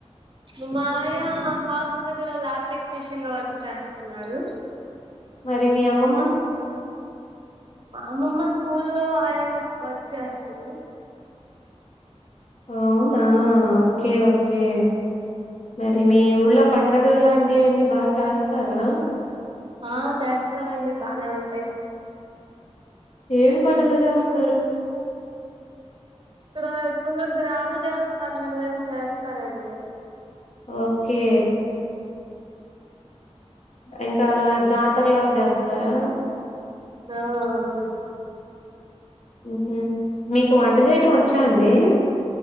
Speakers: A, on the right; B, on the left.
A: మీ మామయ్య హాస్పిటల్ లో ల్యాబ్ టెక్నీషియన్ గా వర్క్ చేస్తన్నాడు
B: మరి మీ అమ్మమ్మ?
A: మా అమ్మమ్మ స్కూల్ లో ఆయాగా వర్క చేస్తుంది
B: అవునా ఓకే ఓకే మరి మీ ఉళ్ళో పండగలు లాంటివన్నీ బాగా చేస్తారా
A: ఆ చేస్తారండి బానే ఉంటాయి
B: ఏమి పండగలు చేస్తారు
A: ఇక్కడ ఎక్కువగా గ్రామ దేవత పండగలని చేస్తారండి
B: ఓకే ఇంకా అలా జా తర్లాగా చేస్తారా
A: ఆ అవునండీ
B: ఉహుమ్ మీకు వంట చేయటం వచ్చా అండి